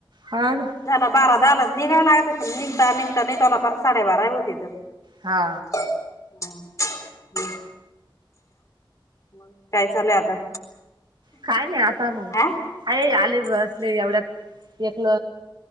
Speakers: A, on the right (about 60°); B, on the left (about 35°).
A: हा ना.
B: झाला बारा दहालाच निघायला लागतय पण निघता निघता नाय त्याला पाक साडेबारा होतेत्य.
A: हा.
B: <unintelligible> मग काय चालुय आता?
A: काय नाय आता मग
B: अ
A: हाये आलेत बसलेत एवढ्यात एकल